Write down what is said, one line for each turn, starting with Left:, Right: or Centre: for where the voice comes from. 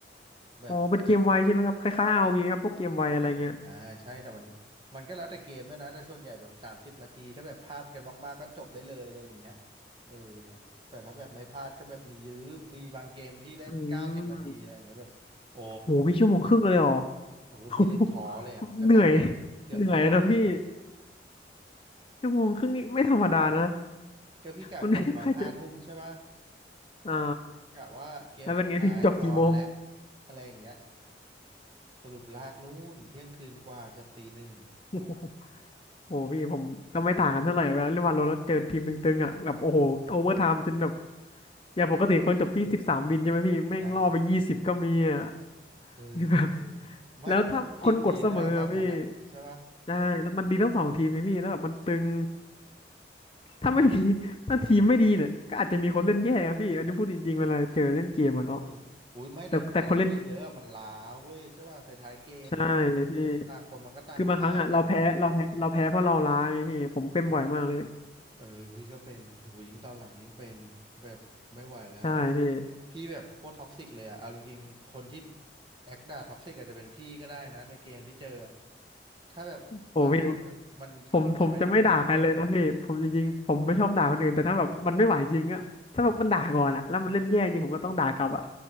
Right: แบบ
Left: อ๋อเป็นเกมไวใช่ไหมครับคล้ายๆ r ีครับพวกเกมไวอะไรเงี้ย
Right: อ่าใช่แต่มันมันก็แล้วแต่เกมด้วยนะแต่ส่วนใหญ่แบบสามสิบนาทีถ้าแบบพลาดกันมากๆก็จบได้เลยอะไรอย่างเงี้ยเออแต่ถ้าแบบไม่พลาดก็แบบมียื้อมีบางเกมพี่เล่นเก้าสิบนาทีอะไรอย่างเงี้ยแบบโอ้
Left: อืมโหพี่ชั่วโมงครึ่งเลยเหรอ <laughs>
Right: โอ้พี่เล่นท้อเลยอะแล้วตอนนั้นแบบเกือบเที่ยงคืนอะ
Left: โอ้โหเหนื่อยเหนื่อยนะพี่ชั่วโมงครึ่งนี่ไม่ธรรมดานะ
Right: ก็พี่กะกดตอนห้าทุ่มใช่ปะ
Left: มัน <laughs> ไม่ใครจะ อ่า
Right: กะว่าเกมสุดท้ายนอนและ
Left: แล้วเป็นไงพี่จบกี่โมง
Right: อะไรอย่างเงี้ยสรุปลากนู่นเที่ยงคืนกว่าเกือบตีหนึ่ง
Left: โอ้โห <laughs> โอ้โหพี่ผมก็ไม่ต่างกันเท่าไหร่เวลาเล่นวาโลแล้วเจอทีมตึงๆอ่ะแบบโอ้โหโอเวอร์ไทม์จนแบบอย่างปกติคนจบที่สิบสามวินใช่ไหมพี่แม่งล่อไปยี่สิบก็มีอ่ะ
Right: ใช่ใช่ใช่เออเออ
Left: <laughs> คือแบบ
Right: ไม่แต่มันต้องทีมดีด้วยนะถ้างั้นนะใช่ปะ
Left: แล้วถ้าคนกดเสมออะพี่ใช่แล้วมันดีทั้งสองทีมไงพี่แล้วแบบมันตึงถ้าไม่มีถ้าทีมไม่ดีเนี่ยก็อาจจะมีคนเล่นแย่ครับพี่อันนี้พูดจริงๆเวลาเจอเล่นเกมอะเนาะ
Right: เอออุ้ยไม่แต่ถ้าเล่นเยอะๆอะมันล้าเว้ยใช่ปะท้ายๆเกมอ่ะ
Left: แต่แต่คนเล่นใช่พี่
Right: ต่างคนมันก็ต่างพลาดกันไง
Left: คือบางครั้งอ่ะเราแพ้เราแพ้เราแพ้เพราะเราล้าไงพี่ผมเป็นบ่อยมากเลย
Right: เออพี่ก็เป็นโหยิ่งตอนหลังยิ่งเป็นแบบไม่ไหวแล้ว
Left: ใช่พี่
Right: พี่แบบโคตรท็อกซิกเลยอะเอาจริงๆคนที่แอคด่าท็อกซิกอาจจะเป็นพี่ก็ได้นะในเกมที่เจออะถ้าแบบบางทีแบบมันทำงานมาเหนื่อย
Left: โอ้พี่ผมผมจะไม่ด่าใครเลยนะพี่ผมจริงๆผมไม่ชอบด่าคนอื่นแต่ถ้าแบบมันไม่ไหวจริงอ่ะถ้าแบบมันด่าก่อนอ่ะแล้วมันเล่นแย่จริงผมก็ต้องด่ากลับอ่ะ
Right: ๆโอ้แบบ